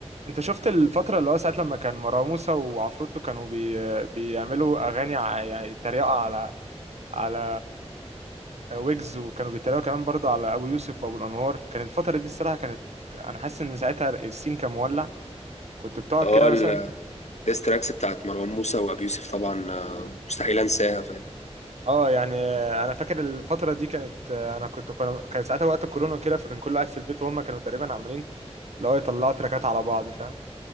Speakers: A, on the right; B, on the left.
A: انت شفت الفتره اللي هو ساعه لما كان مروان موسى وعفروتو كانوا بي... بيعملوا اغاني ع... يعني تريقه على على ويجز وكانوا بيتريقوا كمان برضه على ابو يوسف وابو الانوار كان الفتره دي الصراحه كانت انا حاسس ان ساعتها السين كان مولع كنت بتقعد
B: اه
A: كده مثلا
B: الديستراكس بتاعت مروان موسى وأبي يوسف طبعا آه، مستحيل أنساها
A: اه يعني انا فاكر الفتره دي كانت انا كنت كان ساعتها وقت الكورونا كده فكان كل واحد في البيت وهم كانوا تقريبا عاملين اللي هو يطلعوا تراكات على بعض فاهم